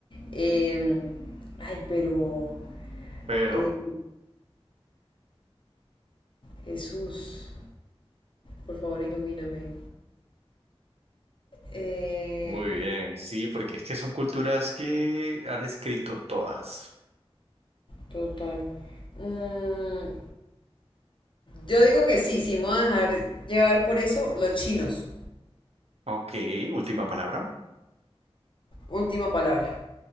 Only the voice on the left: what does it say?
Em, ay, pero
eh, Jesús, por favor, ilumíname. Eh,
total. Mm, yo digo que sí, sí, me voy a dejar llevar por eso los chinos.
Última palabra.